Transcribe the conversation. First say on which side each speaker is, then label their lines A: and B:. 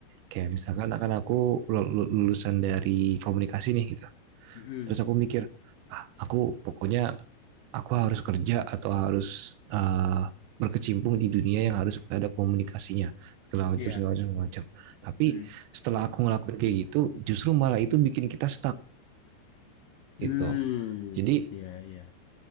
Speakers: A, on the right (about 80°); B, on the left (about 85°).
A: Kayak misalkan akan aku lulusan dari komunikasi nih gitu.
B: Hmm.
A: Terus aku mikir, ah aku pokoknya aku harus kerja atau harus uh, berkecimpung di dunia yang harus ada komunikasinya segala macam
B: Iya.
A: segala macam segala macam tapi
B: Hmm.
A: setelah aku ngelakuin kayak gitu justru malah itu bikin kita stuck
B: Hmm.
A: gitu jadi
B: Iya, iya.